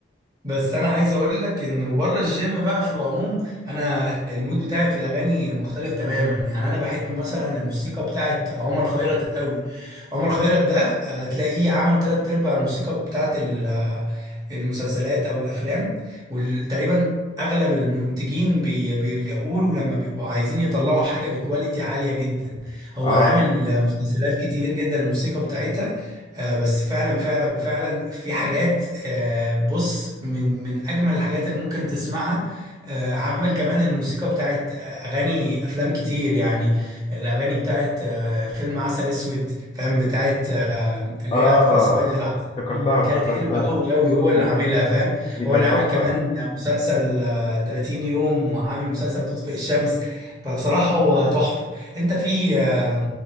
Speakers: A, on the right; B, on the left.
A: بس أنا عايز أقول لك إنه بره الجيم بقى في العموم أنا المود بتاعي في الأغاني مختلف تماما يعني أنا بحب مثلا الموسيقى بتاعت عمر خيرت قوي عمر خيرت ده آه، تلاقيه عمل تلات أرباع الموسيقى بتاعت ال- آه، المسلسلات أو الأفلام وتقريبا أغلب المنتجين بي- بيلجأوا له لما بيبقوا عايزين يطلعوا حاجة بكواليتي عالية جدا هو
B: اه
A: عامل آه، مسلسلات كتير جدا الموسيقى بتاعتها آه، بس فعلا فعلا فعلا في حاجات آه، بص من من اجمل الحاجات اللي ممكن تسمعها آه، عامل كمان الموسيقى بتاعت آه، اغاني افلام كتير يعني الاغاني بتاعت آه، فيلم عسل اسود فاهم بتاعت آه، اللي
B: آه
A: هي عارفه سواد العسل
B: افتكرتها
A: دي دي
B: افتكرتها
A: كانت حلوه قوي قوي هو اللي
B: دي,
A: عاملها فاهم
B: دي كانت
A: هو اللي عامل
B: تحفة
A: كمان مسلسل آه، 30 يوم وعامل مسلسل تطفئ الشمس فبصراحه هو تحفه انت في آه،